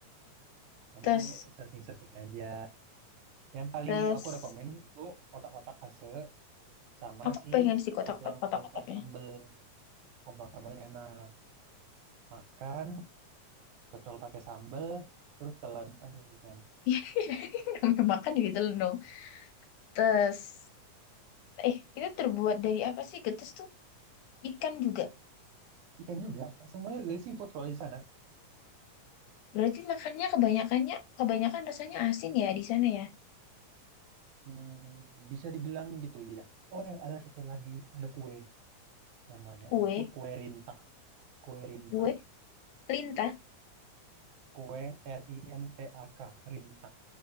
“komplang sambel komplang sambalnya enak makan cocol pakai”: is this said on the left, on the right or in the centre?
Right